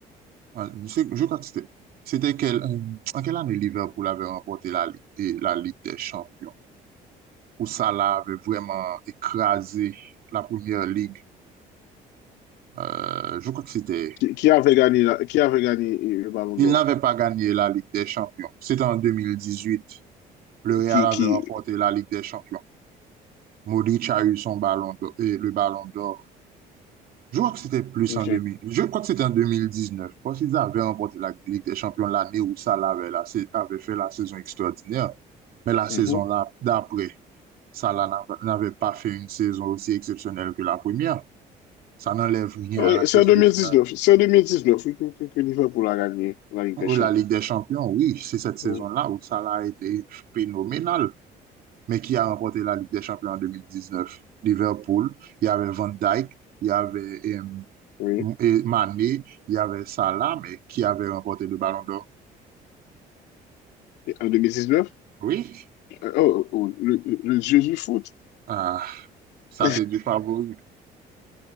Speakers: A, on the right (about 60°); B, on the left (about 85°).
A: euh, c'est- je crois que c'était, c'était quel- euh, en quelle année Liverpool avait remporté la Ligue, et la Ligue des Champions, où Salah avait vraiment écrasé la première ligue. Euh, je crois que c'était,
B: Qui, qui avait gagné, la- qui avait gagné euh, le Ballon
A: il
B: d'Or?
A: n'avait pas gagné la Ligue des Champions. C'était en deux mille dix-huit, Le Real
B: Qui,
A: avait
B: qui...
A: remporté la Ligue des Champions. Modric a eu son ballon d'or, et le ballon d'or. Je crois que c'était plus
B: Ok.
A: en 2000. Je crois que c'était en 2019. Je pense qu'ils avaient remporté la Ligue des Champions l'année où Salah avait, la sais- avait fait la saison extraordinaire. Mais la saison
B: Mhm.
A: d'a- d'après, Salah n'a- n'avait pas fait une saison aussi exceptionnelle que la première. Ça n'enlève rien
B: Oui,
A: à la
B: c'est
A: saison
B: en 2019.
A: extraordinaire.
B: C'est en 2019 oui, que, que, que Liverpool a gagné la Ligue
A: La
B: des Champions.
A: Ligue des Champions, oui, c'est cette saison-là
B: Oui.
A: où Salah a été phénoménal. mais qui a remporté la Ligue des Champions en deux mille dix-neuf Liverpool, il y avait Van Dijk, il y avait euh,
B: Oui.
A: et Mané, il y avait Salah, mais qui avait remporté le Ballon d'Or?
B: Et En 2019?
A: Oui,
B: Euh, Oh, oh, le, le- le dieu du foot.
A: Ah,
B: <laughs>
A: ça c'est du favori.